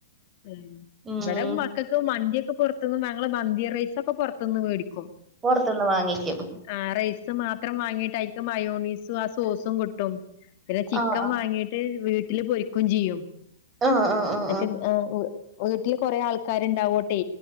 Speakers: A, on the left (about 50°); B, on the right (about 20°).
A: ഉം
B: ഉം
A: ഇവിടെ മക്കൾക്ക് മന്തിക്കെ പൊ റത്തുന്ന് ഞങ്ങള് മന്തി റൈസൊക്കെ പൊറത്തൂന്ന് മേടിക്കും
B: പുറത്തുന്ന് വാങ്ങിക്കും
A: ആഹ് റൈസ് മാത്രം വാങ്ങീട്ട് അയിക്ക് മയോണീസും ആഹ് സോസും കിട്ടും പിന്നെ ചിക്കൻ
B: ആഹ്
A: വാങ്ങീട്ട് വീട്ടില് പൊരിക്കും ചെയ്യും
B: ആഹ് ആഹ്
A: മറ്റേ
B: ആഹ്
A: അഹ് വീട്ടില് കൊറേ ആൾക്കാര്ണ്ടാവോട്ടെ